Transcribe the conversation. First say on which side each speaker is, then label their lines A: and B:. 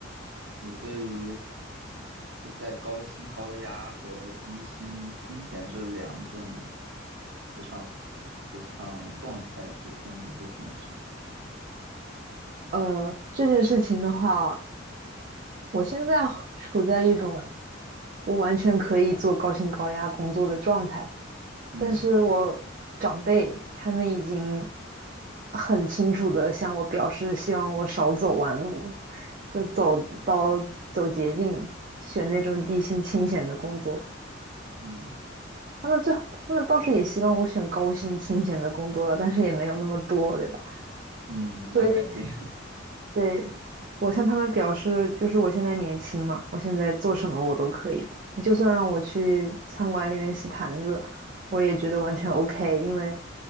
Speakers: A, on the right (about 65°); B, on the right (about 45°).
A: 你对于在高薪高压和低薪清闲这两种职场职场状态之中，你会怎么选？
B: 呃，这件事情的话，我现在处在一种我完全可以做高薪高压工作的状态，
A: 嗯
B: 但是我长辈他们已经很清楚的向我表示，希望我少走弯路，就走到走捷径，选那种低薪清闲的工作。
A: 嗯
B: 他们最，他们倒是也希望我选高薪清闲的工作了，但是也没有那么多，对吧？
A: 嗯，那肯定，
B: 所以对，我向他们表示，就是我现在年轻嘛，我现在做什么我都可以，就算让我去餐馆里面洗盘子，我也觉得完全 OK，因为